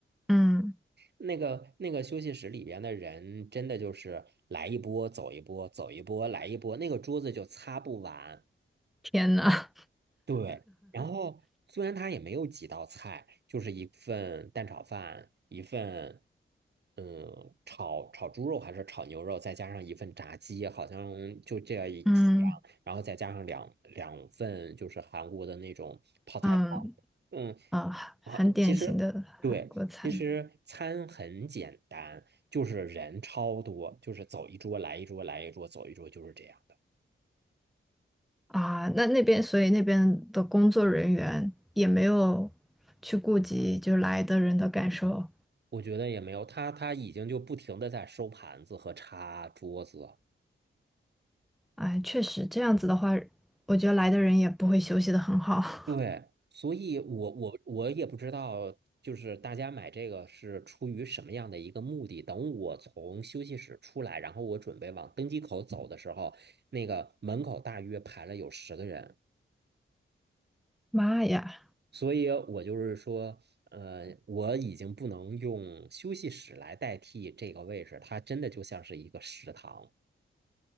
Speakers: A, in the centre; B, on the right (about 55°).
A: 嗯
B: 那个那个休息室里边的人，真的就是来一波走一波，走一波来一波，那个桌子就擦不完。
A: 天呐，
B: 对，然后虽然他也没有几道菜，就是一份蛋炒饭，一份嗯炒炒猪肉还是炒牛肉，再加上一份炸鸡，好像就这样一几样，
A: <laughs> 嗯
B: 然后再加上两两份就是韩国的那种泡菜汤。
A: 嗯
B: 嗯。
A: 啊，很典型的韩国餐。
B: 啊，其实对，其实餐很简单，就是人超多，就是走一桌来一桌，来一桌走一桌，就是这样的。
A: 啊，那那边，所以那边的工作人员也没有去顾及就来的人的感受。
B: 我觉得也没有，他他已经就不停的在收盘子和擦桌子。
A: 哎，确实这样子的话，我觉得来的人也不会休息的很好。
B: 对，
A: <laughs>
B: 所以我我我也不知道，就是大家买这个是出于什么样的一个目的。等我从休息室出来，然后我准备往登机口走的时候，那个门口大约排了有十个人。
A: 妈呀，
B: 所以我就是说，呃，我已经不能用休息室来代替这个位置，它真的就像是一个食堂。